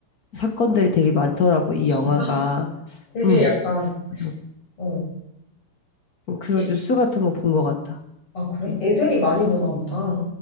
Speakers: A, on the left (about 55°); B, on the left (about 40°).
A: 사건들이 되게 많더라고, 이
B: 진짜?
A: 영화가.
B: 되게
A: 음,
B: 약간,
A: 그래서
B: 어,
A: 음, 그런
B: 에,
A: 뉴스 같은 거 본 것 같아.
B: 아, 그래?
A: 음,
B: 애들이 많이 보나 보다.